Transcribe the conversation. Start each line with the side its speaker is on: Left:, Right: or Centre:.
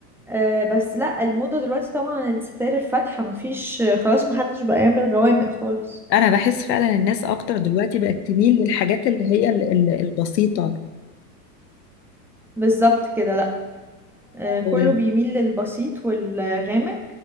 Centre: آه، بس لا الموضة دلوقتي طبعا الستاير الفاتحة مفيش خلاص محدش بقى يعمل غوامق خالص
Left: انا بحس فعلا الناس اكتر دلوقتي بقت تميل للحاجات اللي هي ال- ال- البسيطة
Centre: بالظبط كده لا آه، كله
Left: آه.
Centre: بيميل للبسيط والغامق